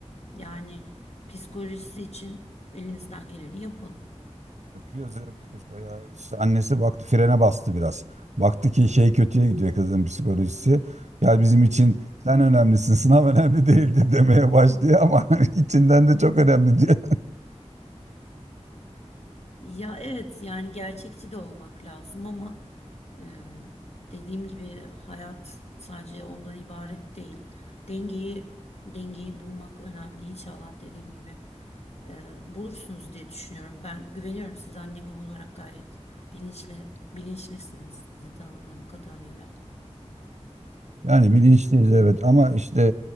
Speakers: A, on the left; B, on the right.
A: yani psikolojisi için elinizden geleni yapın.
B: Yapıyoruz, yapıyoruz. Bayağı işte annesi baktı frene bastı biraz. Baktı ki şey kötüye gidiyor kızın psikolojisi. Ya bizim için sen önemlisin, sınav önemli değildi <laughs> demeye başlıyor ama <laughs> içinden de çok önemli diye
A: Ya evet yani gerçekçi de olmak lazım ama e, dediğim gibi hayat sadece ondan ibaret değil. Dengeyi dengeyi bulmak önemli inşallah dediğim gibi. e, bulursunuz diye düşünüyorum. Ben güveniyorum siz anne baba olarak gayet bilinçli bilinçlisiniz sizi tanıdığım kadarıyla.
B: Yani bilinçliyiz evet ama işte